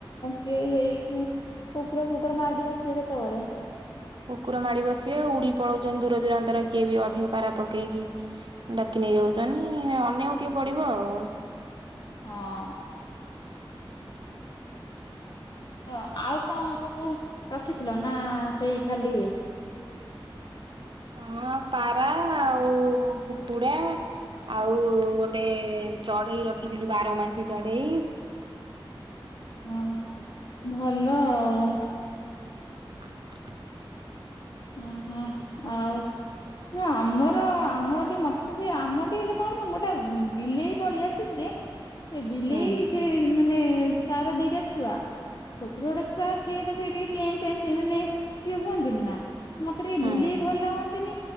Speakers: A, on the left (about 50°); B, on the right (about 65°).
A: କିଏ ହେଇ କୁକୁର ଫୁକୁର ମାଡି ବସିବେ କେତେବେଳେ।
B: କୁକୁର ମାଡି ବସିବେ। ଉଡି ପଳଉଛନ୍ତି ଦୂର ଦୂରାନ୍ତରେ କିଏ ବି ଅଧିକ ପାରା ପକେଇକି। ଡାକି ନେଇ ଯାଉଛନ୍ତି। ଅନ୍ୟକୁ ଟିକେ ପଡିବ ଆଉ।
A: ହଁ। ହ ଆଉ କଣ ସବୁ ରଖିଥିଲ ନା ସେଇ ଖାଲି ଇଏ।
B: ହଁ ପାରା ଆଉ କୁକୁଡା। ଆଉ ଗୋଟେ ଚଢେଇ ରଖିଥିଲୁ। ବାର ମାସୀ ଚଢେଇ।
A: ଓହୋ ଭଲ ଆଉ।
B: <inaudible>
A: ଉଁ ହୁଁ ଆଉ। ନା ଆମର ଆମର ଟିକେ ମତେ ସେ ଆମ ଟିକେ କଣ ନା ଗୋଟେ ବିଲେଇ ପଳିଆସି ଥିଲେ ଯେ ସେ ବିଲେଇ
B: ହୁଁ
A: ସେ ମାନେ ତାର ଦିଟା ଛୁଆ। ଛୋଟ ଛୋଟ ଛୁଆ ସିଏବେ ସେ ଟିକେ ଚଁ ଚାଁଁ ମାନେ ଇଏ ହୁଅନ୍ତିନି ନାଁ। ମତେ ଟିକେ
B: ହଁ।
A: ବିଲେଇ ଭଲ ଲାଗନ୍ତିନି।